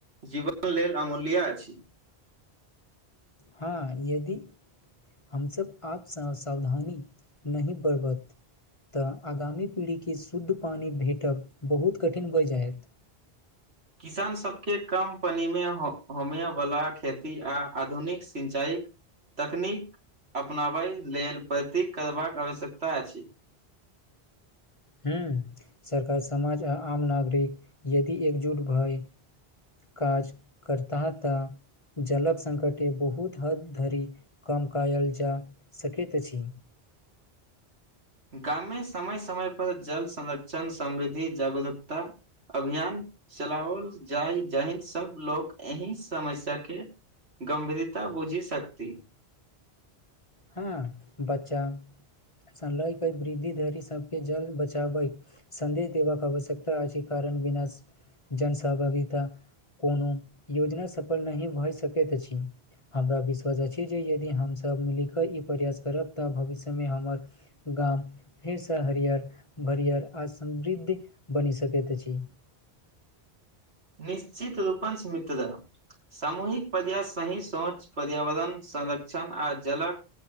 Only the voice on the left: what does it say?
हँ यदि हमसब आपसँ सावधानी नहि बरबत। तऽ आगामी पीढ़ीके शुद्ध पानि भेटब बहुत कठिन भऽ जायत।
हँ सरकार समाज आ आम नागरिक यदि एकजुट भए काज करता तऽ जलक सङ्कटे बहुत हद धरि कम कायल जा सकैत अछि।
हँ- बच्चा संलैके वृद्धि धरी सभके जल बचाबै संदेश देबाके आवश्यकता अछिी कारण बिना जन सहभागिता कोनो योजना सफल नहि भऽ सकैत अछि। हमरा विश्वास अछि जे यदि हमसभ मिलि कऽ ई प्रयास करब तऽ भविष्यमे हमर गाम फेरसँ हरियर बरियर आ समृद्ध बनि सकैत अछि।